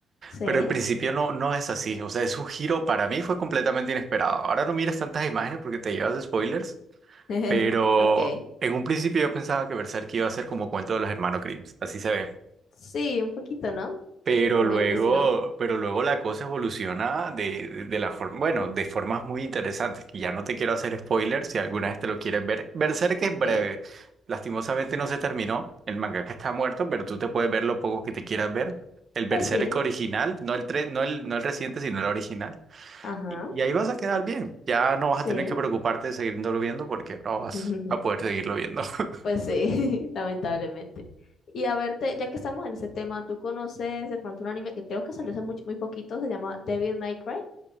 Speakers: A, on the left; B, on the right.
A: Sí.
B: pero el principio no, no es así. O sea, es un giro para mí fue completamente inesperado. Ahora no mires tantas imágenes porque te llevas spoilers,
A: <laughs>
B: pero
A: Ok.
B: en un principio yo pensaba que Berserk iba a ser como cuento de los hermanos Grimm. Así se ve.
A: Sí, un poquito, ¿no?
B: Pero
A: Como
B: luego,
A: en el estilo.
B: pero luego la cosa evoluciona de, de, de la forma, bueno, de formas muy interesantes, que ya no te quiero hacer spoilers si alguna vez te lo quieres ver. Berserk
A: Ok,
B: es breve. Lastimosamente no se terminó. El mangaka está muerto, pero tú te puedes ver lo poco que te quieras ver. El Berserk
A: pues sí.
B: original, no el tres, no el, no el reciente, sino el original.
A: Ajá.
B: Y, y ahí vas a quedar bien. Ya no vas
A: Sí,
B: a tener que preocuparte de seguirlo viendo porque no vas
A: <laughs>
B: a poder seguirlo viendo. <laughs>
A: pues sí, <laughs> lamentablemente. Y a verte, ya que estamos en ese tema, ¿tú conoces de pronto un anime que creo que salió hace muy, muy poquito? Se llama Devil May Cry.